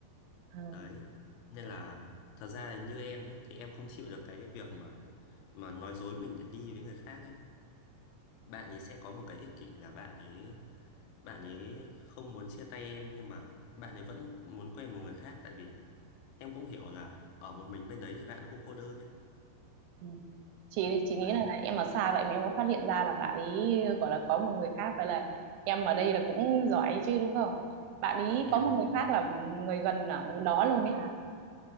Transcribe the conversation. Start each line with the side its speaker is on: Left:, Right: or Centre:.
Right: Ờ,
Left: đấy nên là thật ra là như em nhá, thì em không chịu được cái việc mà mà nói dối mình để đi với người khác ấy bạn ấy sẽ có một cái ích kỷ là bạn ấy bạn ấy không muốn chia tay em nhưng mà bạn ấy vẫn muốn quen một người khác tại vì em cũng hiểu là ở một mình bên đấy thì bạn cũng cô đơn ấy
Right: Ừ. Chị thì chị nghĩ
Left: đấy
Right: là em ở xa vậy mà em cũng phát hiện ra là bạn ấy gọi là có một người khác vậy là em ở đây là cũng giỏi chứ đúng không? Bạn ấy
Left: em
Right: có một
Left: á
Right: người khác là người gần ở đó luôn đấy hả?